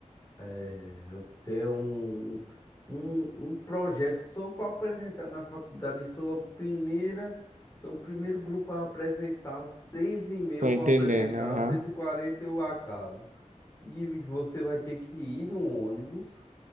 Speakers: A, on the left (about 25°); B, on the right (about 85°).
A: É, Eu tenho um, um, um projeto só para apresentar na faculdade. Sou a primeira, sou o primeiro grupo a apresentar. Às Seis e meia eu
B: Tô
A: vou
B: entendendo,
A: apresentar,
B: aham.
A: às seis e quarenta eu acabo. E você vai ter que ir no ônibus,